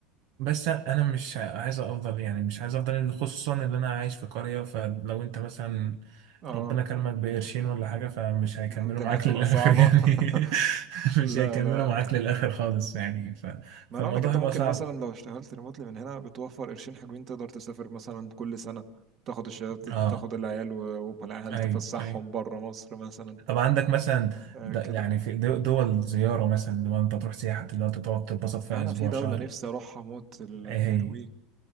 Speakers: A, on the right; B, on the right.
A: بس انا مش عايز افضل يعني مش عايز افضل اللي- خصوصا ان انا عايش في قرية فلو انت مثلا
B: اه
A: ربنا كرمك بقرشين ولا حاجة فمش
B: <laughs>
A: هيكملوا
B: الدنيا
A: معاك
B: بتبقى
A: للآخر
B: صعبة
A: يعني
B: <laughs>
A: <laughs> مش
B: لا
A: هيكملوا
B: لا
A: معاك للآخر خالص يعني ف...
B: ما
A: فالموضوع
B: انا اقول لك انت
A: هيبقى
B: ممكن
A: صعب
B: مثلا لو اشتغلت ريموتلي من هنا بتوفر قرشين حلوين تقدر تسافر مثلا كل سنة تاخد الشباب
A: اه
B: تاخد العيال و- والعيال
A: ايوه
B: تفسحهم
A: ايوه
B: بره مصر مثلا
A: طب عندك مثلا
B: آه
A: د... يعني
B: كده
A: في دو- دول زيارة مثلا لو انت تروح سياحة اللي هو انت تقعد تتبسط فيها
B: انا
A: اسبوع
B: في دولة
A: شهر
B: نفسي اروحها موت النرويج
A: ايه هي